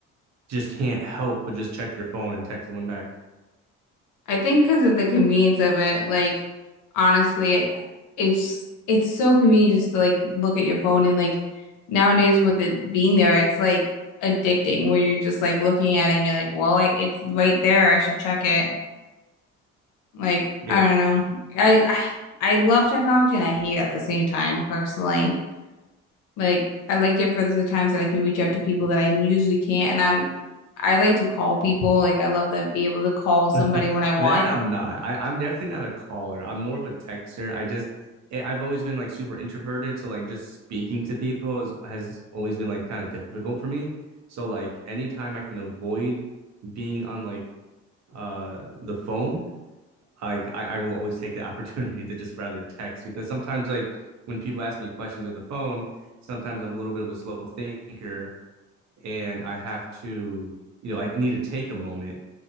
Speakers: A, on the right; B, on the left.
A: just can't help but just check their phone and text someone back.
B: I think because of the convenience of it, like honestly, it's it's so convenient just to like look at your phone and like nowadays with it being there, it's like addicting where you're just like looking at it and you're like, well, I, it's right there. I should check it. Like,
A: Yeah.
B: I don't know. I, I I love technology and I hate it at the same time personally. Like I like it for the times that I can reach out to people that I usually can't, and I'm I like to call people. Like I love that be able to call
A: <laughs>
B: somebody
A: that
B: when I want.
A: I'm not. I, I'm definitely not a caller. I'm more of a texter. I just I- have always been like super introverted, so like just speaking to people is, has always been like kind of difficult for me. So like anytime I can avoid being on like uh the phone, I I, I will always take the <laughs> opportunity to just rather text because sometimes like when people ask me questions on the phone, sometimes I'm a little bit of a slow thinker and I have to, you know, I, I need to take a moment,